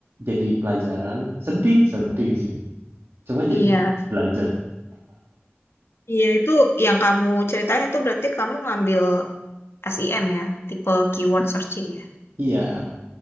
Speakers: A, on the right; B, on the left.
A: jadi pelajaran. Sedih, sedih sih. Cuman
B: Iya.
A: jadi belajar.
B: Iya, itu yang kamu ceritain itu berarti kamu ngambil SEM ya, tipe keyword searching ya,
A: Iya,